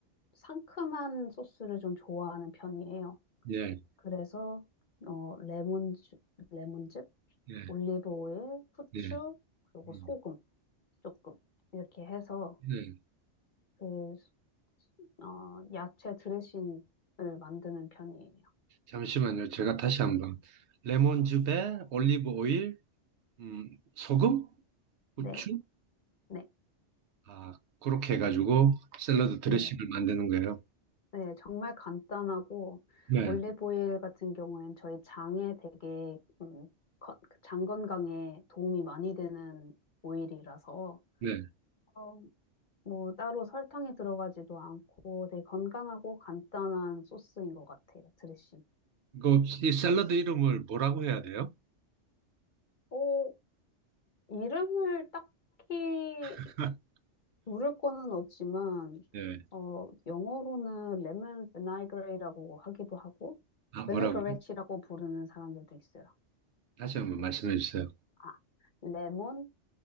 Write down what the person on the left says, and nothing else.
상큼한 소스를 좀 좋아하는 편이에요.
그래서 어 레몬즙, 레몬즙,
올리브 오일, 후추,
그리고
소금 조금 이렇게 해서
그, 어, 야채 드레싱을 만드는 편이에요.
네,
네,
네.
네, 정말 간단하고,
올리브오일 같은 경우엔 저희 장에 되게, 음, 거- 그 장 건강에 도움이 많이 되는 오일이라서,
어, 뭐, 따로 설탕이 들어가지도 않고 되게 건강하고 간단한 소스인 것 같아요, 드레싱.
어, 이름을 딱히
물을 거는 없지만
어 영어로는 레몬 비나그레이라고 하기도 하고
비네그레치라고
부르는 사람들도 있어요.
아 레몬